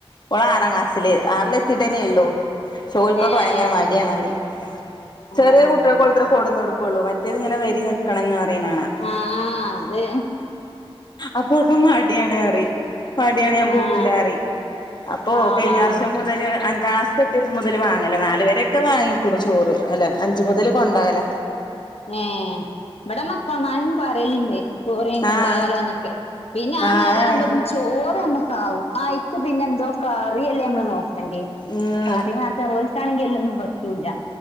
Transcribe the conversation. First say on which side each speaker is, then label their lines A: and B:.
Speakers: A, on the left; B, on the left.
A: ഒള് ആറാം ക്ലാസ്സില് ആറിൽ എത്തിയിട്ടേന്നെ ഉള്ളൂ ചോൽക്കൊക്കെ
B: ഏഹ്
A: ഭയങ്കര
B: ഏഹ്
A: മടിയാണ് പറയും
B: ആഹ്
A: ചെറിയ
B: ആഹ്
A: കുട്ട്യാൾക്കൊത്ര കൊടന്ന് കൊടുക്കുള്ളൂ മറ്റേ ഇങ്ങന വരി ക്കണംന്ന് പറയണ് കാണാ
B: ആഹ് അതെ
A: അപ്പോൾക്ക് മടിയാണ് റിയും മടിയാണ് ഞാൻ
B: ആഹ്
A: പോവൂലാറിയും അപ്പോ
B: ആഹ്
A: കഴിഞ്ഞ
B: ആഹ്
A: വർഷം മുതല് അഞ്ചാം ക്ലാ സ്ക്ക് എത്തിയപ്പം മുതല് വാങ്ങല നാല് വരെയൊക്കെ വാങ്ങിക്ക്ണു ചോറ് അല്ല അഞ്ചു മുതല് കൊണ്ടോവല
B: ങ്ങേ ഇവടം മക്കൾമാരും പറയലുണ്ട് ചോറ് കൊണ്ടുപോയാലോന്നൊക്കെ
A: ആഹ്
B: പിന്നെ ആ
A: ആഹ്
B: നേര
A: അതാണ്
B: ആവുമ്പോത്തി ചോറ് നമ്മക്കാവും അയിക്ക് പിന്നെ എന്തോ കറി അല്ലേ നമ്മള് നോക്ക ക്കണ്ടിയെ
A: ഉം
B: കറി മാത്രം ഓൽക്കാണെങ്കി എല്ലൊന്നും പറ്റൂല്ല